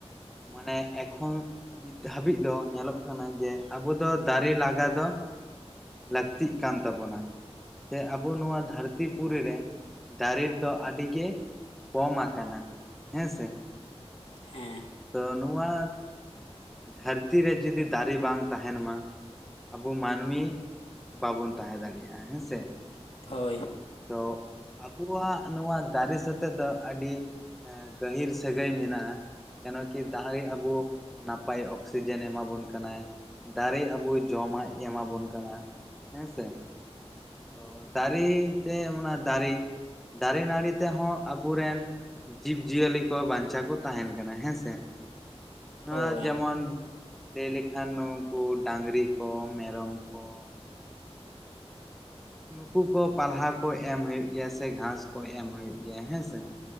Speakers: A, in the centre; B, on the left.
A: ᱢᱟᱱᱮ ᱮᱠᱷᱚᱱ ᱱᱤᱛ ᱦᱟᱹᱵᱤᱡ ᱫᱚ ᱧᱮᱞᱚᱜ ᱠᱟᱱᱟ ᱡᱮ ᱟᱵᱚ ᱫᱚ ᱫᱟᱨᱮ ᱞᱟᱜᱟ ᱫᱚ ᱞᱟᱹᱠᱛᱤᱜ ᱠᱟᱱ ᱛᱟᱵᱚᱱᱟ, ᱥᱮ ᱟᱵᱚ ᱱᱚᱣᱟ ᱫᱷᱟᱹᱨᱛᱤ ᱯᱩᱨᱤ ᱨᱮ ᱾ ᱫᱟᱨᱮ ᱫᱚ ᱟᱹᱰᱤ ᱜᱮ ᱠᱚᱢ ᱟᱠᱟᱱᱟ᱾ ᱦᱮᱸ ᱥᱮ।
B: ᱦᱮᱸ।
A: ᱛᱚ ᱱᱚᱣᱟ ᱫᱷᱟᱹᱨᱛᱤ ᱨᱮ ᱡᱩᱫᱤ ᱫᱟᱨᱮ ᱵᱟᱝ ᱛᱟᱦᱮᱱ ᱢᱟ᱾ ᱟᱵᱚ ᱢᱟᱹᱱᱢᱤ ᱵᱟᱵᱚᱱ ᱛᱟᱦᱮᱸ ᱫᱟᱲᱮᱭᱟᱜᱼᱟ ᱦᱮᱸ ᱥᱮ
B: ᱦᱳᱭ ᱾
A: ᱛᱚ ᱟᱵᱚᱣᱟᱜ ᱱᱚᱣᱟ ᱫᱟᱨᱮ ᱥᱟᱛᱮᱮᱫ ᱫᱚ ᱟᱹᱰᱤ ᱮᱸ ᱜᱟᱹᱦᱤᱨ ᱥᱟᱹᱜᱟᱹᱭ ᱢᱮᱱᱟᱜᱼᱟ ᱾ ᱠᱮᱱᱚ ᱠᱤ ᱫᱟᱦᱨᱮ ᱟᱵᱚ ᱱᱟᱯᱟᱭ ᱚᱠᱥᱤᱡᱮᱱ ᱮᱢᱟᱵᱚᱱ ᱠᱟᱱᱟᱭ ᱾ ᱫᱟᱨᱮ ᱟᱵᱚ ᱡᱚᱢᱟᱜ ᱮᱢᱟᱵᱚᱱ ᱠᱟᱱᱟ ᱦᱮᱸᱥᱮ ᱾ ᱚ ᱫᱟᱨᱮ ᱛᱮ ᱚᱱᱟ ᱫᱟᱨᱮ, ᱫᱟᱨᱮ ᱱᱟᱹᱲᱤ ᱛᱮᱦᱚᱸ ᱟᱵᱚᱨᱮᱱ ᱾ ᱡᱤᱵᱽ ᱡᱤᱭᱟᱹᱞᱤ ᱠᱚ ᱵᱟᱧᱪᱟᱣ ᱠᱚ ᱛᱟᱦᱮᱱ ᱠᱟᱱᱟ ᱦᱮᱸ ᱥᱮ ᱾ ᱱᱚᱣᱟ
B: ᱦᱳᱭ
A: ᱡᱮᱢᱚᱱ ᱞᱟᱹᱭ ᱞᱮᱠᱷᱟᱱ ᱱᱩᱠᱩ ᱰᱟᱝᱨᱤ ᱠᱚ ᱢᱮᱨᱚᱢ ᱠᱚ ᱾ ᱱᱩᱠᱩ ᱠᱚ ᱯᱟᱞᱦᱟ ᱠᱚ ᱮᱢ ᱦᱩᱭᱩᱜ ᱜᱮᱭᱟ ᱥᱮ ᱜᱷᱟᱸᱥ ᱠᱚ ᱮᱢ ᱦᱩᱭᱩᱜ ᱜᱮᱭᱟ ᱦᱮᱸ ᱥᱮ